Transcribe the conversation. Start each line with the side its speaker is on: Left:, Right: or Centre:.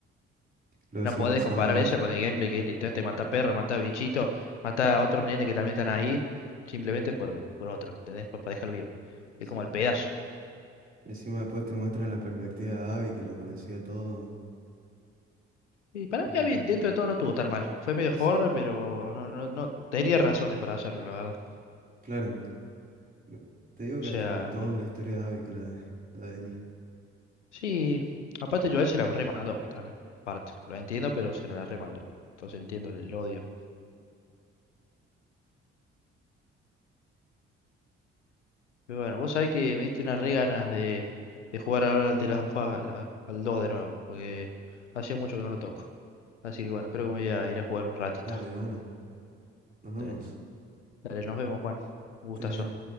Right: Lo hubiese
Left: no podés
Right: pensado
Left: comparar
Right: antes.
Left: eso con el gameplay que es literalmente matar perros, matar bichitos, matar a otros nenes que también están ahí, simplemente por, por otro, ¿entendés? Por, para dejarlo vivo.
Right: Sí.
Left: Es como el pedazo.
Right: Encima después te muestran la perspectiva de Abby, que lo conocía todo.
Left: Y para
Right: Y tipo,
Left: mí, a mí, dentro de todo no estuvo tan mal. Fue medio
Right: sí,
Left: forra, pero no, no, no tenía razones para hacerlo, la verdad.
Right: claro. me- Te digo
Left: O
Right: que
Left: sea,
Right: hasta me gustó
Left: por-
Right: más la historia de Abby que la de, la de Ellie.
Left: sí, aparte Joel se la remandó también. Parte, lo entiendo, pero se la remandó. Entonces entiendo el, el odio. Pero bueno, vos sabés que me diste unas re ganas de, de jugar ahora al The Last of Us al, al- al 2 de nuevo, porque hacía mucho que no lo toco. Así que bueno, creo que me voy a ir a jugar un ratito.
Right: Dale, de una. Nos vemos.
Left: Dale, dale, nos vemos, Juan.
Right: Que
Left: Un
Right: Estés
Left: gustazo.
Right: bien.